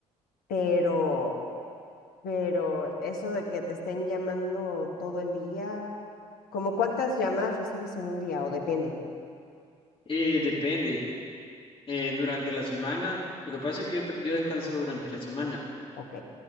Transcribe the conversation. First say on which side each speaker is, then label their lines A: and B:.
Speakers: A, on the left; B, on the left.
A: pero, pero eso de que te estén llamando todo el día, ¿como cuántas llamadas recibes en un día? O depende,
B: Eh, depende. Eh, durante la semana, lo que pasa es que yo, tra- yo descanso durante la semana,
A: ¿ok?